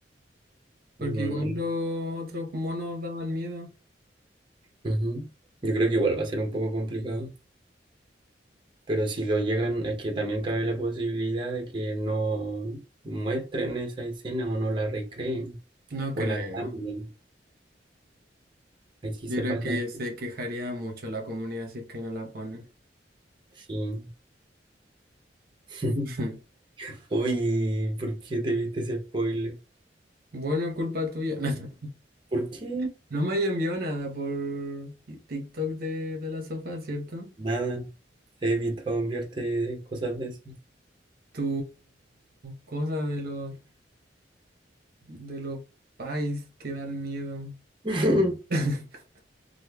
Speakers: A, on the right (about 55°); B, on the right (about 25°).
A: Porque
B: Mm,
A: igual los otros monos daban miedo.
B: ujú. Yo creo que igual va a ser un poco complicado, pero si lo llegan, es que también cabe la posibilidad de que no muestren esa escena o no la recreen
A: No
B: o
A: creo.
B: la cambien. Ahí sí
A: Yo
B: se
A: creo
B: pasa,
A: que se quejaría mucho la comunidad si es que no la ponen.
B: sí. <laughs>
A: <laughs>
B: Uy, ¿por qué te viste ese spoiler?
A: Bueno, culpa tuya. <laughs>
B: ¿Por qué?
A: No me haya enviado nada por TikTok de, de la sofá, ¿cierto?
B: Nada. He evitado enviarte de cosas de esas.
A: Tu cosa de los de los pais que dan miedo.
B: <laughs>
A: <laughs>